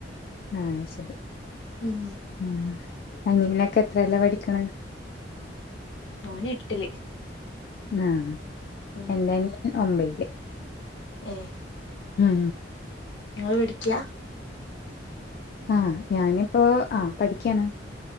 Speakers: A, on the left; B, on the left.
A: ആ ശരി
B: ഉം
A: ആ അങ്ങനൊക്കെ എത്രല്ല പഠിക്കണ
B: ഓന എട്ടില്
A: ആ
B: ഉം
A: എന്ത ഞാൻ ഒമ്പയില്
B: ഏഹ്
A: ഉം
B: നിങ്ങള് പേടിക്കയാ
A: ആഹ് ഞാനിപ്പോ ആ പഠിക്കയാണ്